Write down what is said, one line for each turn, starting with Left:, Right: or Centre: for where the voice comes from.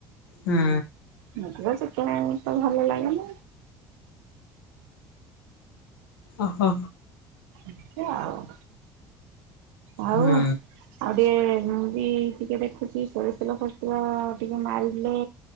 Left: ହୁଁ।
Right: ମତେ ତ ଚିକେନେ ଏତେ ଭଲ ଲାଗେନି।
Left: ଓହୋ।
Right: ଏମିତି ଆଉ। ଆଉ?
Left: ହୁଁ
Right: ଆଉ ଟିକେ ବି ଟିକେ ଦେଖୁଛି ସରିସତେଲ ଫୋରିସ ତେଲ ଟିକେ ମାରିଲେ